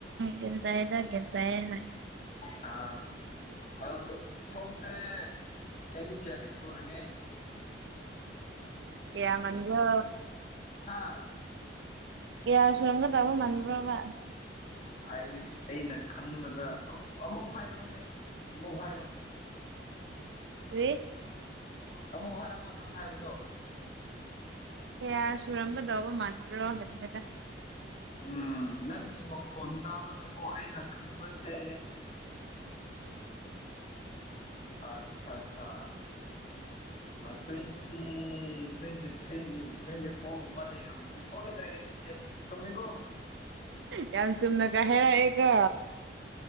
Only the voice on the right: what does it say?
ꯒꯤꯇꯑꯗ ꯒꯤꯇꯑ ꯍꯥꯏ
ꯀꯌꯥ ꯃꯟꯕ꯭ꯔꯣ
ꯒꯌꯥ ꯁꯨꯔꯝꯒ ꯇꯕ ꯃꯥꯟꯕꯗ꯭ꯔꯣꯕ
ꯀꯦ
ꯀꯌꯥ ꯁꯨꯔꯝꯒꯗꯧꯕ ꯃꯥꯟꯕ꯭ꯔꯣ ꯍꯥꯏꯗꯤ ꯈꯦꯛꯇ
<inaudible>
ꯌꯥꯝ ꯆꯨꯝꯅꯒ ꯍꯦꯔꯛꯑꯦꯀꯣ